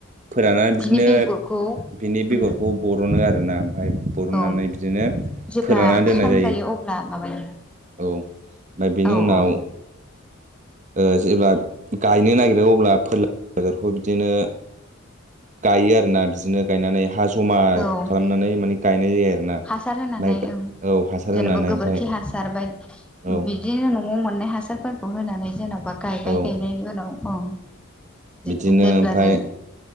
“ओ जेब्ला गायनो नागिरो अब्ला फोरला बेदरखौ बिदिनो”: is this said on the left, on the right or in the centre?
Right